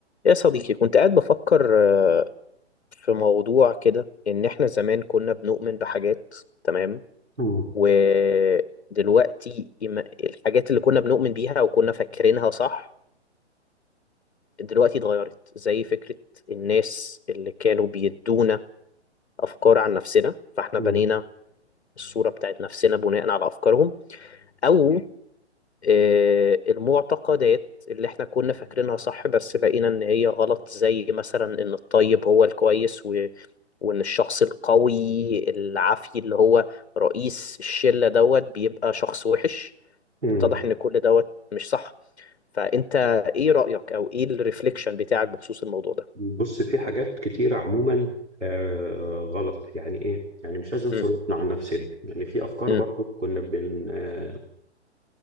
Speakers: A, on the left; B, on the right.
A: يا صديقي كنت قاعد بفكر آه، في موضوع كده إن إحنا زمان كنا بنؤمن بحاجات تمام
B: مم.
A: ودلوقتي إما- الحاجات اللي كنا بنؤمن بيها وكنا فاكرينها صح دلوقتي اتغيرت زي فكرة الناس اللي كانوا بيدونا أفكار عن نفسنا فإحنا
B: مم.
A: بنينا الصورة بتاعت نفسنا بناء على أفكارهم أو آه، المعتقدات اللي احنا كنا فاكرينها صح بس لقينا ان هي غلط زي مثلا ان الطيب هو الكويس و... وان الشخص القوي العافي اللي هو رئيس الشلة دوت بيبقى شخص وحش
B: مم.
A: اتضح ان كل دوت مش صح فانت ايه رأيك او ايه الريفليكشن بتاعك بخصوص الموضوع ده
B: بص في حاجات كتيرة عموما آه غلط يعني ايه يعني مش لازم صرفنا
A: امم
B: عن نفسنا يعني في افكار
A: امم
B: برضو كنا بن آه